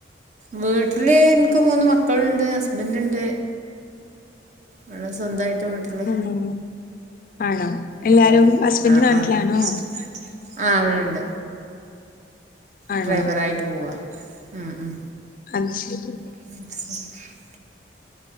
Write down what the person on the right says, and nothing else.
വീട്ടില് എനിക്ക് മൂന്ന് മക്കളുണ്ട് ഹസ്ബൻറ് ഒണ്ട് അവിടെ സ്വന്തായിട്ട് വീട്ട് പിന്നെ
ഇക്കാ
ആഹ്
ഹസ്ബൻഡ് നാട്ടിലാ ആഹ് ഇവിടെണ്ട്
ഡ്രൈവറായിട്ട് പോവാ ഉം ഉം
<unintelligible>